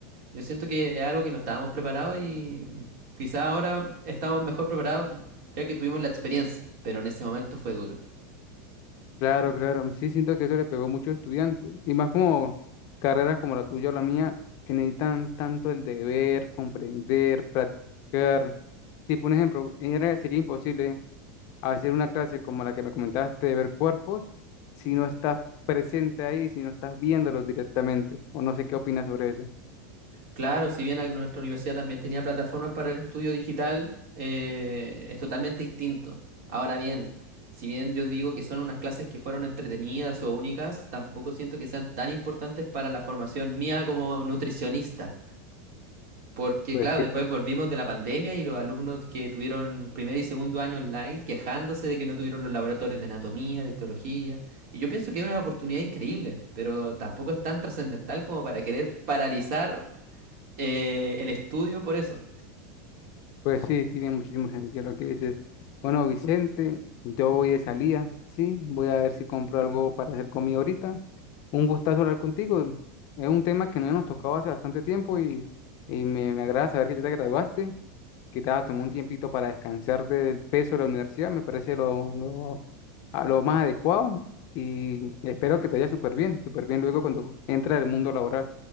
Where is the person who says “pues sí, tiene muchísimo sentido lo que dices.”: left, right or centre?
Left